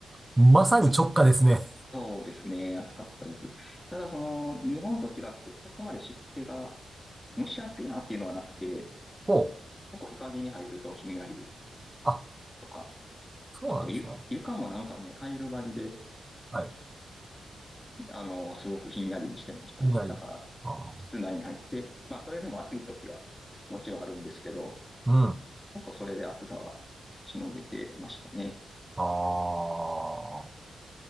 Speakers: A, on the right; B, on the left.
A: まさに直下ですね。
B: 暑かった。そうですね、暑かったです。ただその、日本と違ってそこまで湿気が蒸し暑いなっていうのはなくて、
A: ほう。
B: 結構日陰に入るとひんやり、
A: あ、
B: とか
A: そうなんですね。
B: あと、ゆ、床もなんかもうタイル張りで、
A: はい。
B: あの、すごくひんやりしてましたね。
A: ひんやり。
B: だから、
A: あ
B: 室内に入って、まあ、それでも暑い時はもちろんあるんですけど、
A: ーうん。
B: 結構それで暑さはしのげてましたね。
A: あー